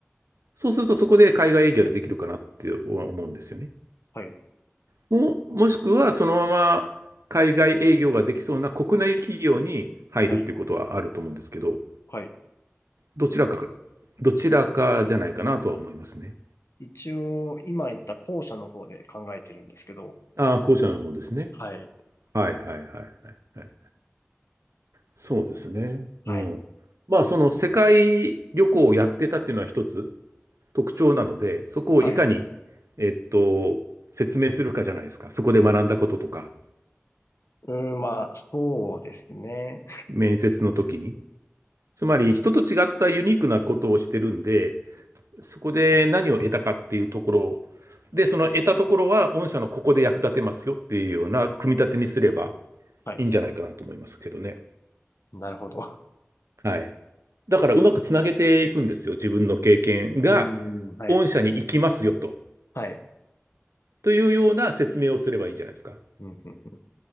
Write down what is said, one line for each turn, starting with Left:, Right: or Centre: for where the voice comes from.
Right: そうするとそこで海外営業ができるかなって思うんですよね。
Left: はい。
Right: も、もしくはそのまま海外営業ができそうな国内企業に入るっていうことはあると思うんですけど、
Left: はい。はい。
Right: どちらか、どちらかじゃないかなとは思いますね。
Left: 一応、今言った後者の方で考えてるんですけど、
Right: ああ、後者の方ですね。
Left: はい。
Right: はいはいはいはいはい。そうですね。
Left: はい。
Right: うん。まあその世界旅行をやってたっていうのは一つ特徴なので、そこをいかに、
Left: はい。
Right: えっと、説明するかじゃないですか。そこで学んだこととか、
Left: うん、まあ、そうですね。
Right: 面接の時に。つまり人と違ったユニークなことをしてるんで、そこで何を得たかっていうところを、で、その得たところは御社のここで役立てますよっていうような組み立てにすれば
Left: はい。
Right: いいんじゃないかなと思いますけどね。
Left: なるほど。
Right: はい。だからうまくつなげていくんですよ。自分の経験が
Left: うーん、はい。
Right: 御社に行きますよと。
Left: はい。
Right: というような説明をすればいいんじゃないですか。
Left: うん、うん、うん。